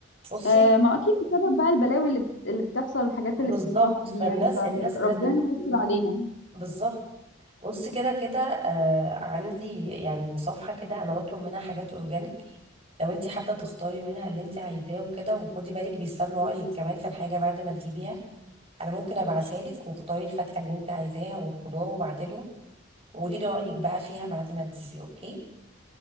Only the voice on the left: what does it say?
آه ما اكيد بسبب بقى البلاوي اللي بت- اللي بتحصل والحاجات
اللي بتتحط دي
يعني فربنا
يستر علينا